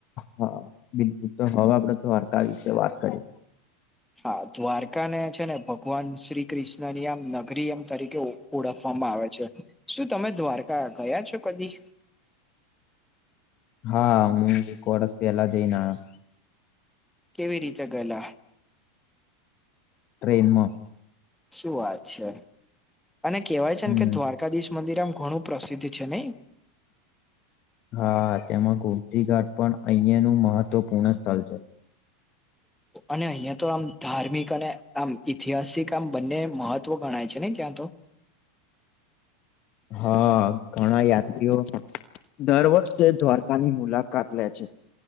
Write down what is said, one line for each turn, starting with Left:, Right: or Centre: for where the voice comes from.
Left: હા બિલકુલ તો હવે આપડે દ્વારકા વિશે વાત કરીએ
Centre: હા દ્વારકા ને છે ને ભગવાન શ્રી કૃષ્ણ ની આમ નગરી એમ તરીકે ઓળખવામાં આવે છે શું તમે દ્વારકા ગયા છો કદી
Left: હા હું એક વર્ષ પેલા જઈને આયો
Centre: કેવી રીતે ગેલા
Left: ટ્રેનમાં
Centre: શું વાત છે અને કેહેવાય છે
Left: હમ
Centre: ને કે દ્વારકાધીશ મંદિર આમ ઘણું પ્રસિદ્ધ છે નહી
Left: હા તેમાં ગોમતી ઘાટ પણ અહિયાં નું મહત્વપૂર્ણ સ્થળ છે.
Centre: અને અહિયાં તો આમ ધાર્મિક અને આમ ઇતિહાસિક આમ બંને મહત્વ ગણાય છે ને ત્યાં તો
Left: હા ઘણા યાત્રીઓ દર વર્ષે દ્વારકાની મુલાકાત લે છે.